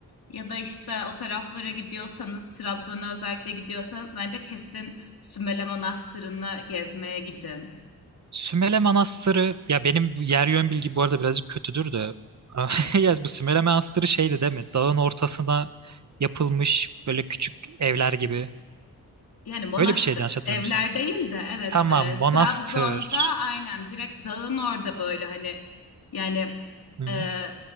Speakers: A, on the left (about 80°); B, on the right (about 50°).
A: Ya da işte o taraflara gidiyorsanız Trabzon'a özellikle gidiyorsanız bence kesin Sümele Manastırı'nı gezmeye gidin.
B: Sümele Manastırı, ya benim bu yer yön bilgim bu arada birazcık kötüdür de. <laughs> Ya bu Sümele Manastırı şeydi değil mi? Dağın ortasına yapılmış böyle küçük evler gibi.
A: Yani monastır,
B: Öyle bir şeydi yanlış hatırlamıyorsam.
A: evler değil de evet
B: Tamam,
A: e,
B: manastır.
A: Trabzon'da aynen direkt dağın orada böyle hani yani
B: Hı hı.
A: e,